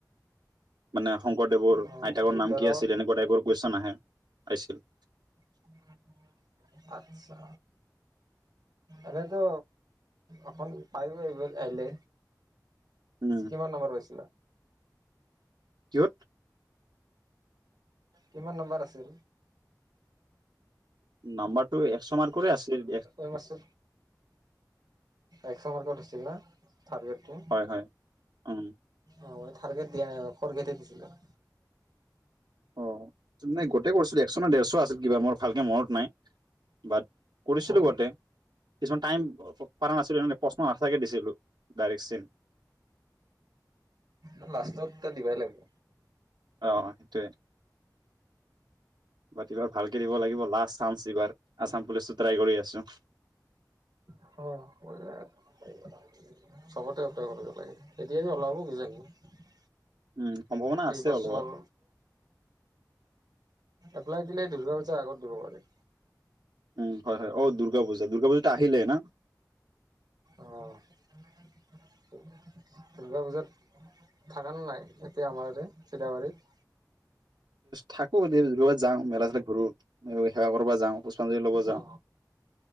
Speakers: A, on the right; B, on the right.
A: মানে শংকৰদেৱৰ
B: অ
A: আইতাকৰ
B: দুটাৰ
A: নাম কি আছিল এনেকুৱা টাইপৰ কুৱেশ্যন আহিছিল
B: উ আচ্ছা এনেতো অখন পায়ো এইব আহিলে
A: উম,
B: কিমান নম্বৰ পাইছিলা
A: কিহ'ত
B: কিমান নম্বাৰ আছি
A: নাম্বাৰটো একশ মাৰ্কৰে আছিল
B: ম আছে একশ মাৰ্কৰ আছিল না থাৰ্ড গ্ৰেড টো
A: হয়, হয় উম
B: অ' মই থাৰ্ড গ্ৰেড দিয়া নাই, ফ'ৰ্ট গ্ৰেড দিছিলো
A: অ' নাই গোটেই কৰিছিলো একশ নে ডেৰশ আছিল কিবা মোৰ ভালকে মনত নাই বাট কৰিছিলো
B: অ
A: গোটেই কিছুমান টাইম প পৰা নাছিলো, প্ৰশ্ন নাথাকে দিছিলোঁ ডাইৰেক্ট চেম
B: উ লাষ্টত এটা দিবই লাগিব
A: অ', অ' সেইটোৱেই এইবাৰ ভালকে দিব লাগিব লাষ্ট চান্স এইবাৰ, আচাম পুলিচো ট্ৰাই কৰি আছো
B: অ' ব চবতে ট্ৰাই কৰিব লাগে, এতিয়া ওলাব কিজানি
A: উম, সম্ভাৱনা আছে
B: এইবছৰ
A: অলপমান
B: এপ্লাই দিলে দুৰ্গা পূজাৰ আগত দিব পাৰে
A: উম হয় হয় অ দুৰ্গা পূজা দুৰ্গা পূজাটো আহিলে না
B: আহ দুৰ্গা পূজাত থাকা নে নাই এতিয়া আমাৰতে চিদাবাৰীত
A: থাকো যাওঁ মেলা ছেলা ঘূৰো সেৱা কৰিব যাওঁ পুষ্পাঞ্জলী লব যাওঁ
B: অ